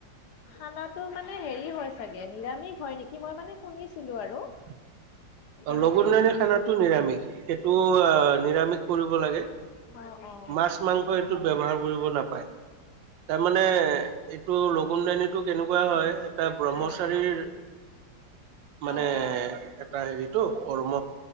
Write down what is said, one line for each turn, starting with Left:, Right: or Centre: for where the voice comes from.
Left: খানাটো মানে হেৰি হয় চাগে নিৰামিষ হয় নেকি? মই মানে শুনিছিলো আৰু।
Right: <inaudible>
Left: তেনেকে
Right: লগুনদানি খানাটো নিৰামিষ সেইটো অ' নিৰামিষ কৰিব লাগে।
Left: অ', অ'।
Right: মাছ মাংস এইটো ব্যৱহাৰ কৰিব নাপায় তাৰ মানে এইটো লগুণ দানীটো কেনেকুৱা হয় এটা ব্ৰহ্মচাৰীৰ
Left: অ', অ',
Right: মানে
Left: অ', অ', অ',
Right: এটা হেৰিটো কৰ্ম।